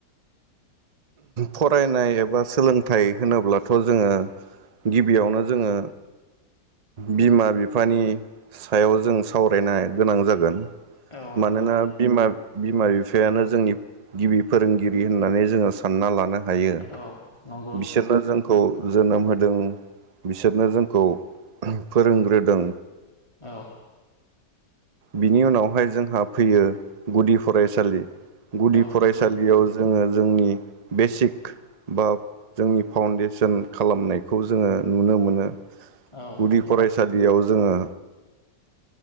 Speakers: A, on the right; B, on the left.
A: फरायनाय एबा सोलोंथाइ होनोब्लाथ' जोङो गिबियावनो जोङो बिमा बिफानि सायाव जों सावरायनो गोनां जागोन
B: औ नंगौ
A: मानोना बिमा बिमा बिफायानो जोंनि गिबि फोरोंगिरि होननानै जोङो सानना लानो हायो
B: औ नंगौ
A: बिसोरनो
B: नोंथां
A: जोंखौ जोनोम होदों बिसोरनो जोंखौ फोरोंग्रोदों
B: औ
A: बिनि उनावहाय जोंहा फैयो गुदि फरायसालि गुदि
B: औ
A: फरायसालियाव
B: नंगौ
A: जोङो जोंनि बेसिक बा जोंनि फाउन्डेसन खालामनायखौ जोङो नुनो मोनो।
B: औ
A: गुदि
B: नंगौ
A: फरायसालियाव जोङो